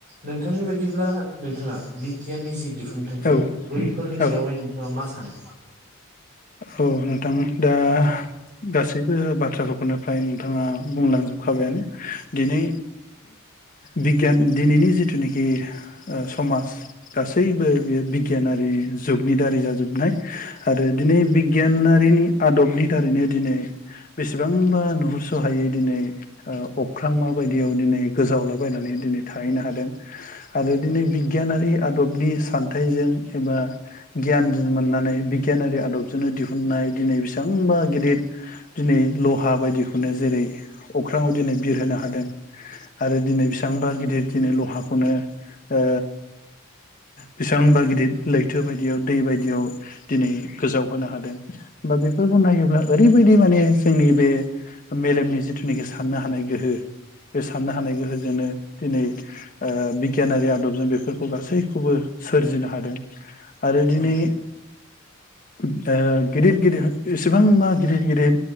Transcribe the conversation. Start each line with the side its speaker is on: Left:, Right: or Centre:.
Right: नोंथांनि बायदिब्ला नोंथाङा बिगियाननि जि दिहुनथाइफोर
Left: औ
Right: बैफोरनि
Left: औ
Right: सायावहाय नोंथाङा मा सानो?
Left: औ नोंथां दा गासैबो बाथ्राफोर खौनो फ्राय नोंथाङा बुंलांजोबखाबायानो। दिनै बिगियान दिनैनि जिथुनाखि समाज गासैबो बे बिगियानारि जुगनि दारै जाजोबनाय आरो दिनै बिगियानारिनि आदबनि दारैनो दिनै बेसेबांबा नुहुरस'हायै दिनै ओ अख्रांमा बायदियाव दिनै गोजावलाबायनानै दिनै थाहैनो हादों आरो दिनै बिगियानारि आदबनि सानथाइजों एबा गियान मोननानै बिगियानारि आ दबजोंनो दिहुननाय दिनै बेसेबांबा गिदिर दिनै लहा बायदिखौनो जेरै अख्राङाव दिनै बिरहोनो हादों। आरो दिनै बेसेबांबा गिदिर दिनै लहाखौनो ओ बेसेबांबा गिदिर लैथो बायदियाव दै बायदियाव दिनै गोजाव होनो हादों बा बेफोरखौ नायोब्ला ओरैबायदि माने जोंनि बे मेलेमनि जिथुनाखि साननो हानाय गोहो बे साननो हानाय गोहोजोंनो दिनै ओ बिगियानारि आदबजों बेफोरखौ गासैखौबो सोरजिनो हादों। आरो दिनै
Right: औ
Left: ओ गिदिर गिदिर इसेबांबा गिदिर गिदिर